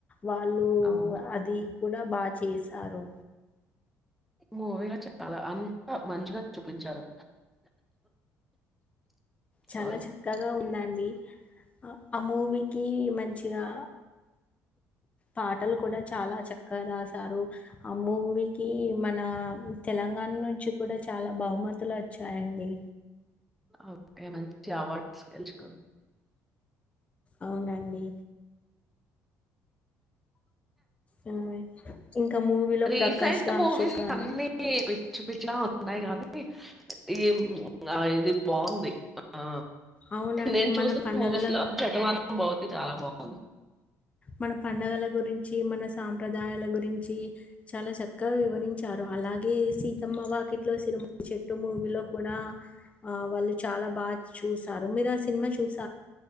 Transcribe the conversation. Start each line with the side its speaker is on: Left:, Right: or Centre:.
Left: వాళ్ళు
Centre: అవును.
Left: అది అయినా బా చేశారు
Centre: మూవీలో చాలా అంతా మంచిగా చూపించారు
Left: చాలా
Centre: సారీ.
Left: చక్కగా ఉన్నా ది ఆ మూవీకి మంచిగా పాటలు కూడా చాలా చక్కగా రాశారు ఆ మూవీకి మన తెలంగాణ నుంచి కూడా చాలా బహుమతులు వచ్చాయండి
Centre: ఓకే మంచి అవార్డ్స్ గెలుచుకు
Left: అవునండి హ్మ్. ఇంకా మూవీలో
Centre: రీసెంట్
Left: ప్రకాష్ రాజు
Centre: మూవీస్
Left: కానీ
Centre: అన్నీ పిచ్చి పిచ్చలా ఉ ఉన్నాయి కానీ ఈ ఇది బావుంది ఆ
Left: అవునండి.
Centre: నేను చూసిన
Left: మన పండగల
Centre: మూవీస్ లో
Left: గు
Centre: శతమానం భవతి చాలా బావుంది
Left: మన పండగల గురించి మన సాంప్రదాయాల గురించి చాలా చక్కగా వివరించారు అలాగే సీతమ్మ వాకిట్లో సినిమా చెట్టు మూవీలో కూడా ఆ వాళ్ళు చాలా బాగా చూసారు మీరు ఆ సినిమా చూస్త